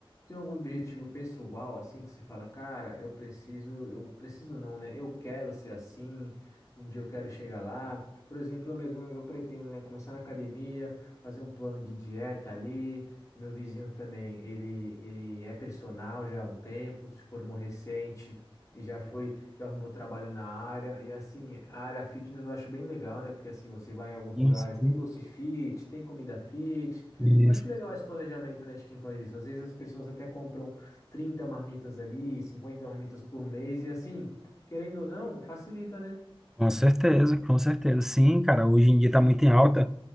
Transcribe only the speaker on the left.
tem algum objetivo pessoal, assim, que você fala, cara, eu preciso, eu preciso não, né, eu quero ser assim, um dia eu quero chegar lá. Por exemplo, eu mesmo, eu pretendo, né, começar na academia, fazer um plano de dieta ali, meu vizinho também, ele, ele é personal já há um tempo, se formou recente, e já foi, já arrumou trabalho na área. E assim, a área fitness eu acho bem legal, né? Porque assim, você vai em alguns
lugares,
tem doce fit, tem comida fit.
Eu acho legal esse planejamento, né, de quem faz isso. Às vezes as pessoas até compram 30 marmitas ali, 50 marmitas por mês, e assim, querendo ou não, facilita, né?